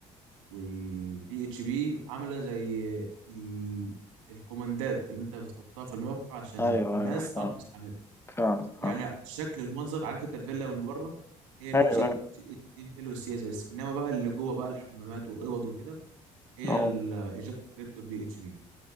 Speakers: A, on the right; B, on the left.
A: وال PHP عامله زي ال... الكوماندات اللي انت بتحطها في الموقع عشان
B: ايوه
A: الناس
B: ايوه فعلا
A: تعرف تستعملها
B: فعلا
A: يعني
B: فعلا
A: الشكل والمنظر عارف انت الفيلا من بره هي ال
B: ايوه
A: HTML
B: ايوه
A: وال CSS انما بقى اللي جوه بقى الحمامات والاوض وكده هي
B: اه
A: ال- الجافا سكريبت والبي اتش بي